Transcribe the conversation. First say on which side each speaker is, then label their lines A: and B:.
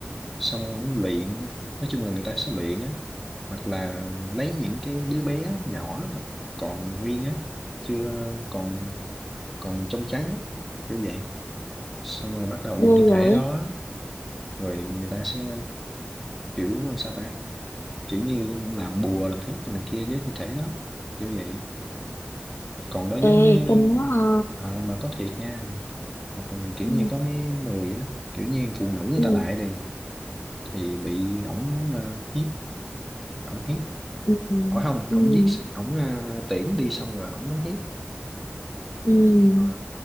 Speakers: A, in the centre; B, on the left.
A: xong ổng luyện nói chung là người ta sẽ luyện á hoặc là lấy những cái đứa bé nhỏ mà còn nguyên á chưa còn còn trong trắng á kiểu vậy xong rồi bắt đầu dùng
B: ghê
A: thi thể
B: vậy?
A: đó rồi người ta sẽ kiểu sao ta kiểu như làm bùa làm phép rồi này kia với thi thể đó kiểu vậy còn đối với
B: Ê,
A: mấy
B: kinh quá ha.
A: à, mà có thiệt nha hoặc là kiểu
B: Ừ,
A: như có mấy người á kiểu như phụ nữ người
B: ừ,
A: ta lại đi thì bị ổng à, hiếp ổng hiếp
B: ừ,
A: ở không
B: ừ,
A: ổng giết ổng à, tiễn đi xong rồi ổng nó hiếp
B: ừ,
A: Ờ,